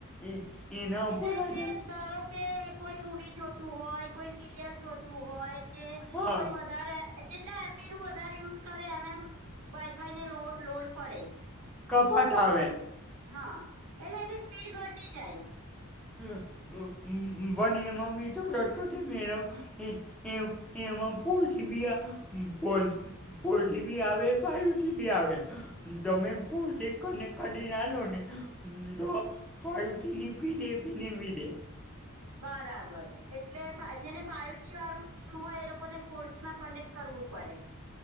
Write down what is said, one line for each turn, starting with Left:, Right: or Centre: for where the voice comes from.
Centre: એ એના ઉપર
Right: એટલે
Centre: આ
Right: કે ધારો કે કોઈ મુવી જોતું હોય, કોઈ સિરિયલ જોતું હોય કે
Centre: હા
Right: કોઈ બધ વધારે જેટલે એમબી નું વધારે યુઝ કરે એમ એમ વાઈફાઈ ને લો લોડ પડે.
Centre: કપટ આવે.
Right: હા, એટલે એની સ્પીડ ઘટી જાય.
Centre: હ હ બંનેમાં <unintelligible> રતો થી મેડમ. હ હ હ પોલટ્રી બયા પોલટ ફોર ટી બી આવે ફાઇવ ટી બી આવે. તમે ફૂલ થી કને કાઢી ને આલો ને તો ફાઇવ ટી બી ની પીડ એવીને એવી રે.
Right: બરાબર એટલે ફા જેને ફાઈવજી વાળું સ સીમ હોય એ લોકોને ફોરજી માં કનેક્ટ કરવું પડે.